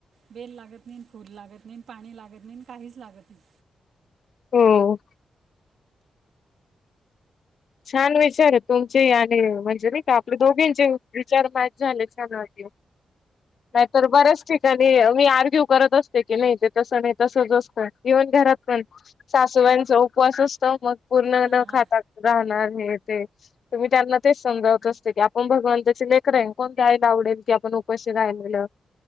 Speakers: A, on the right (about 70°); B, on the left (about 55°).
A: बेल लागत नाही. फूल लागत नाही. पाणी लागत नाही. काहीच लागत नाही.
B: हम् छान विचार आहे तुमचे आणि म्हणजे नाही का आपले दोघींचे विचार माहिती छान हे छान वाटते नाहीतर बऱ्याच ठिकाणी मी आर्ग्यु करत असते की नाही ते तस नाही तसच असत इन घरात पण सासूबाईंचं उपवास असत मग पूर्ण
A: हां
B: न
A: हां
B: खाता राहणार हे ते त मी त्यांना तेच समजावत असते की आपण भगवंताची लेकर रा आहेन कोणत्यायला आवडेल की आपण उपशी राहिलेलं